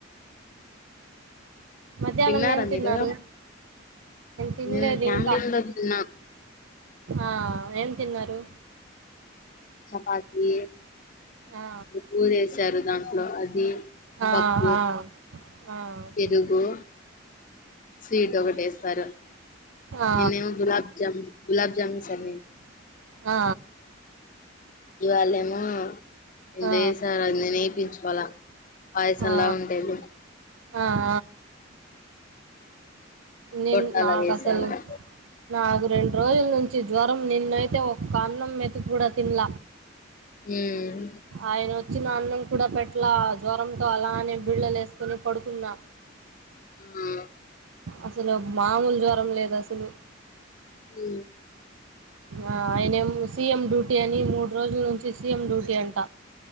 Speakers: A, on the right; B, on the left.
A: మధ్యాహ్నం
B: తిన్నారా
A: ఏం తిన్నారు
B: మీరు
A: తినలేదు
B: నేను క్యాంటీన్లో
A: ఇంకా
B: తిన్నా
A: ఆ ఏం తిన్నారు
B: చపాతీ
A: ఆ
B: కురుశారు దాంట్లో అది
A: ఆ
B: పప్పు
A: ఆ ఆ
B: పెరుగు స్వీట్ ఒకట ఎస్తారు
A: ఆ
B: నిన్నేమో గులాబ్ జా గులాబ్ జామున్ ఏసన్నే
A: ఆ
B: ఇవాళ మో ఎందో
A: ఆ
B: వేసారు అది నేనేయిపించుకోల పాయసంలా
A: ఆ
B: ఉండేది అది
A: ఆ ఆ నేను
B: గొట్టాల
A: నాకు
B: వేసారు
A: అసలు
B: ఇంకా
A: నాకు రెండు రోజుల నుంచి జ్వరం నిన్నైతే ఒక్క అన్నం మెతుకు కూడా తిన్ల
B: ఉమ్.
A: ఆయన వచ్చిన అన్నం కూడా పెట్లా జ్వరంతో అలానే బిళ్ళలు వేసుకొని పడుకున్నా
B: ఆ
A: అసలు మామూలు జ్వరం లేదు అసలు
B: ఉమ్.
A: ఆ ఆయనం సీఎం డ్యూటీ అని మూడు రోజుల నుంచి సీఎం డ్యూటీ అంట